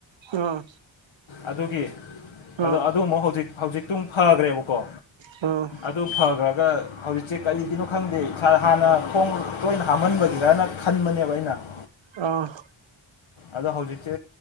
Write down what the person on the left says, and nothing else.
ꯑꯗꯨꯒꯤ ꯑꯗꯣ
ꯑꯗꯨ ꯑꯃꯨꯛ ꯍꯧꯖꯤꯛ ꯍꯧꯖꯤꯛꯇꯨ ꯐꯈ꯭ꯔꯦꯕꯀꯣ
ꯑꯗꯨ ꯐꯈ꯭ꯔꯒ ꯍꯧꯖꯤꯛꯁꯦ ꯀꯔꯤꯒꯤꯅꯣ ꯈꯪꯗꯦ ꯏꯁ ꯍꯥꯟꯅ ꯈꯣꯡ ꯇꯣꯏꯅ ꯍꯥꯝꯍꯟꯕꯒꯤꯔꯅ ꯈꯟꯕꯅꯦꯕ ꯑꯩꯅ <unintelligible>
ꯑꯗꯣ ꯍꯧꯖꯤꯛꯁꯦ